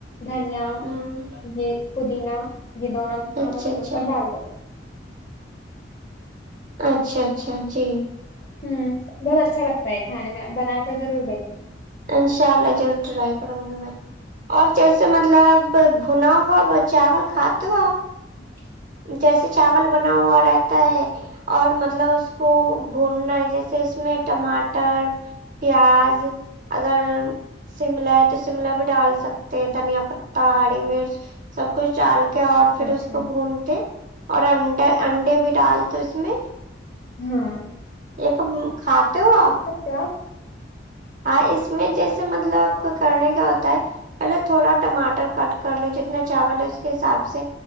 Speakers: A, on the left; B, on the right.
A: دھنیا
B: ہوں
A: یہ پودینہ یہ دونوں ہم
B: اچھا
A: اس
B: اچھا
A: کے اوپر ڈال دیں گے
B: اچھا اچھا جی
A: امم بہت اچھا لگتا ہے کھانے میں اب بنا کر ضرور دیکھنا
B: انشاء اللہ جرور ٹرائی کروں گی میں اور جیسے مطلب بھنا ہوا چاول کھاتے ہو آپ
A: <inaudible>
B: جیسے چاول بنا ہوا رہتا ہے اور مطلب اس کو بھوننا ہے جیسے اس میں ٹماٹر پیاز اگر شملہ ہے تو شملہ بھی ڈال سکتے دھنیا پتا ہری مرچ سب کچھ ڈال کے اور پھر
A: اچھا
B: اس کو بھونتے اور انڈر انڈے بھی ڈالتے ہے اس میں
A: ہاں
B: یہ تم کھاتے ہو آپ
A: کیا
B: ہاں اس میں جیسے مطلب آپ کو کرنے کیا ہوتا ہے پہلے تھوڑا ٹماٹر کٹ کرلو جتنا چاول ہے اس کے حساب سے